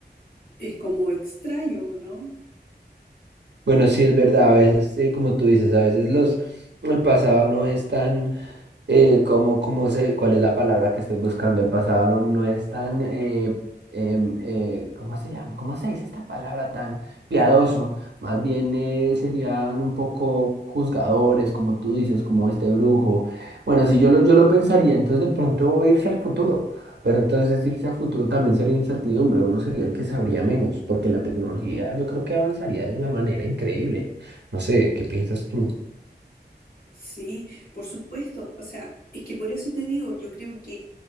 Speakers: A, on the left (about 55°); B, on the right (about 75°).
A: es como extraño, ¿no?
B: Bueno, sí es verdad, a veces, eh, como tú dices, a veces los, el pasado no es tan Eh, ¿cómo, cómo se, cuál es la palabra que estoy buscando? El pasado no, no es tan, eh, em, eh, ¿cómo se llama? ¿Cómo se dice esta palabra tan piadoso? Más bien eh, serían un poco juzgadores, como tú dices, como este brujo. Bueno, si yo lo, yo lo pensaría, entonces de pronto irse al futuro, pero entonces irse al futuro también sería incertidumbre, uno sería el que sabría menos, porque la tecnología yo creo que avanzaría de una manera increíble. No sé, ¿qué piensas tú?
A: Sí, por supuesto. O sea, es que por eso te digo, yo creo que